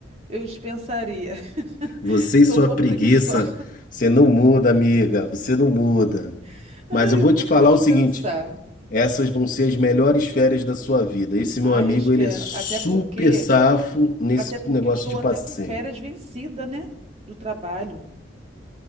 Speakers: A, on the right; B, on the left.
A: eu dispensaria.
B: você
A: Sou
B: e sua
A: um pouco
B: preguiça,
A: preguiçosa.
B: você não muda, amiga, você não muda.
A: <laughs> Ai,
B: Mas eu vou
A: eu prefiro
B: te falar
A: dispensar.
B: o seguinte, Essas vão ser as melhores férias da sua vida. Esse
A: Ai,
B: meu amigo,
A: eu espero.
B: ele é super
A: Até porque,
B: safo nesse
A: até porque
B: negócio
A: eu estou
B: de
A: até
B: passeio.
A: com férias vencida, né? Do trabalho.